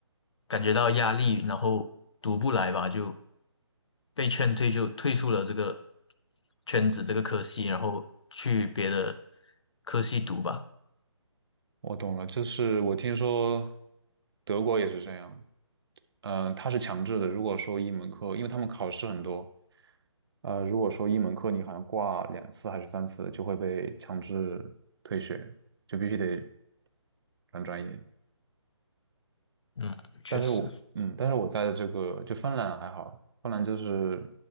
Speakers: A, on the left; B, on the right.
A: 感觉到压力，然后读不来吧，就被劝退，就退出了这个圈子这个科系，然后去别的科系读吧。
B: 我懂了，就是我听说德国也是这样，嗯、它是强制的。如果说一门课，因为他们考试很多，呃，如果说一门课你好像挂两次还是三次，就会被强制退学，就必须得转专业。
A: 嗯，确实。
B: 但是我嗯，但是我在的这个就芬兰还好，芬兰就是